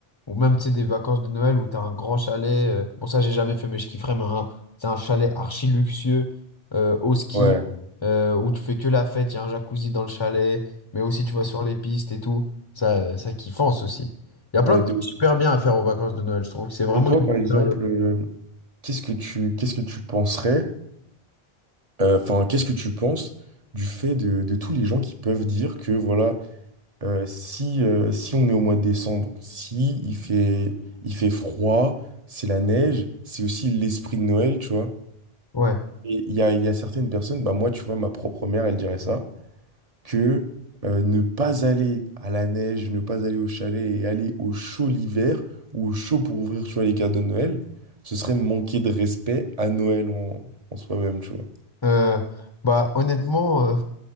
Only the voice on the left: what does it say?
ou même, tu sais, des vacances de Noël où t'as un grand chalet. euh, bon, ça, j'ai jamais fait, mais je kifferais, mais un- c'est un chalet archi luxueux, euh, au ski,
euh, où tu fais que la fête, il y a un jacuzzi dans le chalet, mais aussi tu vas sur les pistes et tout. Ça, ça kiffance aussi. Il y a plein
de
trucs
super bien à faire aux vacances de Noël. Je trouve que c'est vraiment
une bonne
période.
Ouais.
Euh, bah, honnêtement, euh,